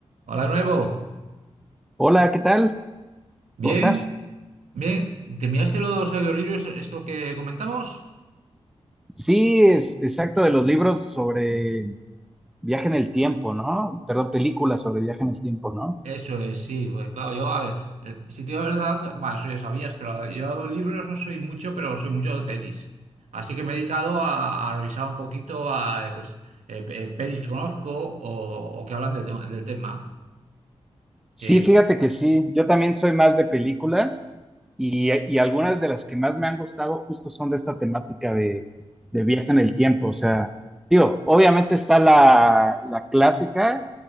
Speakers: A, on the right; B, in the centre.
A: Hola, nuevo.
B: Hola, ¿qué tal?
A: Bien,
B: ¿Cómo estás?
A: bien. ¿Te miraste los audiolibros, esto que comentamos?
B: Sí, es exacto de los libros sobre viaje en el tiempo, ¿no? Perdón, películas sobre viaje en el tiempo, ¿no?
A: Eso es, sí. pues, claro, yo, a ver, eh, si te digo la verdad, bueno, eso ya sabías, pero yo libros no soy mucho, pero soy mucho de pelis. Así que me he dedicado a, a revisar un poquito a, eh, pues, eh, pe- pelis que conozco o, o que hablan de- del tema.
B: Sí,
A: Que
B: fíjate que sí, yo también soy más de películas y, y algunas de las que más me han gustado justo son de esta temática de, de viaje en el tiempo, o sea, digo, obviamente está la, la clásica,